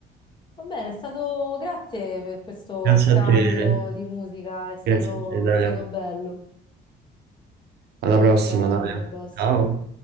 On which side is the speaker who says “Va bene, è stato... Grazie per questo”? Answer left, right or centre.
Left